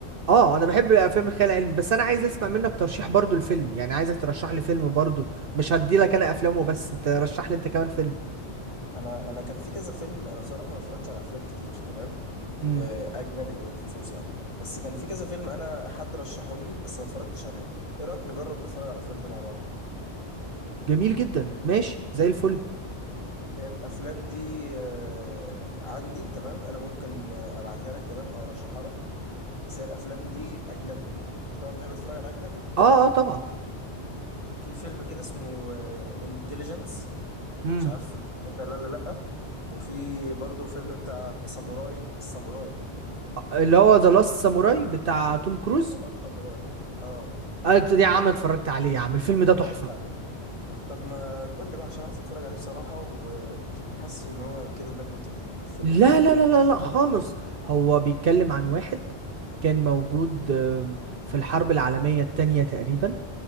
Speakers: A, on the right (about 60°); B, on the left (about 30°).
A: اه انا بحب الافلام الخيال العلمي بس انا عايز اسمع منك ترشيح برضو الفيلم يعني عايزك ترشح لي فيلم برضو مش هدي لك انا افلام وبس ترشح لي انت كمان فيلم
B: انا انا كان في كذا فيلم انا بصراحه ما اتفرجتش على افلام كتير تمام
A: امم
B: آه، اجنبي بالخصوص يعني بس كان في كذا فيلم انا حد رشحهم لي بس ما اتفرجتش عليهم ايه رايك نجرب نتفرج على الافلام دي مع بعض
A: جميل جدا ماشي زي الفل
B: هي الافلام دي آه، عندي تمام انا ممكن آه، ابعتها لك تمام او ارشحها لك بس هي الافلام دي اجنبي انت طبعا بتحب تتفرج على اجنبي
A: اه اه طبعا
B: في فيلم كده اسمه انتليجنس
A: امم
B: مش عارف انت اتفرجت عليه ولا لا وفي برضو فيلم بتاع ساموراي الساموراي
A: اللي هو ذا لاست ساموراي بتاع توم كروز
B: لا لا، ساموراي اه
A: آه يا عم اتفرجت عليه يا عم الفيلم ده
B: اتفرجت
A: تحفة
B: عليه طب ما تقول لي بقى عشان عايز اتفرج عليه بصراحة وحاسس ان هو كده دمه تقيل الفيلم
A: لا
B: ده
A: لا لا لا لا خالص هو بيتكلم عن واحد كان موجود آم، في الحرب العالمية التانية تقريبا